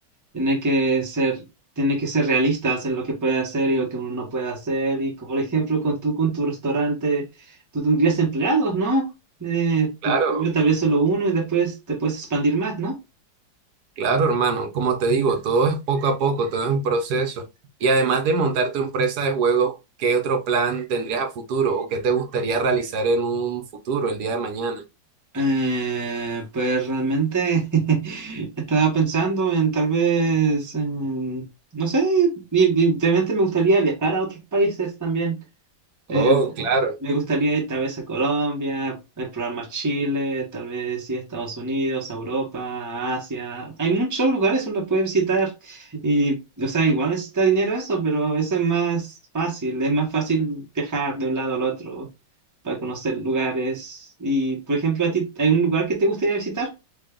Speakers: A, on the right; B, on the right.
A: tiene que ser, tiene que ser realistas en lo que puede hacer y lo que uno no puede hacer. Y como, por ejemplo, con tú, con tu restaurante, tú tendrías empleados, ¿no? Eh, tú-
B: claro.
A: primero tal vez solo uno y después te puedes expandir más, ¿no?
B: Claro, hermano, como te digo, todo es poco a poco, todo es un proceso. Y además de montar tu empresa de juegos, ¿qué otro plan tendrías a futuro o qué te gustaría realizar en un futuro, el día de mañana?
A: Eh, pues realmente <laughs> estaba pensando en tal vez, en- no sé, y, y realmente me gustaría viajar a otros países también. Eh,
B: Oh, claro.
A: me gustaría ir tal vez a Colombia, explorar más Chile, tal vez ir a Estados Unidos, a Europa, a Asia. Hay muchos lugares uno puede visitar y, o sea, igual necesita dinero eso, pero eso es más fácil. Es más fácil viajar de un lado al otro para conocer lugares. Y, por ejemplo, ¿a ti hay un lugar que te gustaría visitar?